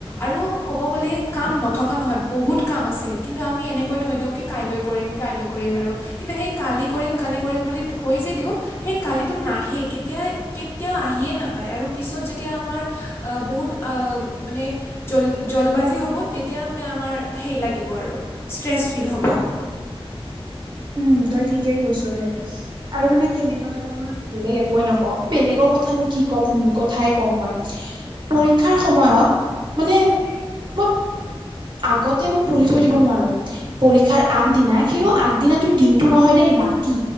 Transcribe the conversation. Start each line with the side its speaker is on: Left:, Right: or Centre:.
Left: আৰু ক'ব গ'লে কাম নথকা নহয় বহুত। কাম আছে কিন্তু আমি এনে থৈ দিওঁ কি কাইলৈ কৰিম কাইলৈ কৰিম আৰু কিন্তু সেই কালি কৰিম কালি কৰিম বুলি থৈ যে দিওঁ। সেই কালিটো নাহে কেতিয়া কেতিয়াও আহিয়ে নাপায় আৰু পিছত যেতিয়া আমাৰ বহুত। মানে জল জলবাজি হ'ব তেতিয়া মানে আমাৰ সেই লাগিব আৰু। ষ্ট্ৰেছ ফিল হ'ব।
Right: উম তই ঠিকেই কৈছ দেই আৰু মানে কেনেকুৱা হয় তমান বেলেগ একোৱে নকওঁ। বেলেগৰ কথানো কি কম মোৰ কথাই কওঁ মই। পৰীক্ষাৰ সময়ত মানে।
Left: <unintelligible>
Right: মই আগতে মই পঢ়ি থৈ দিব নোৱাৰো পৰীক্ষাৰ আগদিনা সেও আগদিনাত। দিনটো নহয় দেই ৰাতি।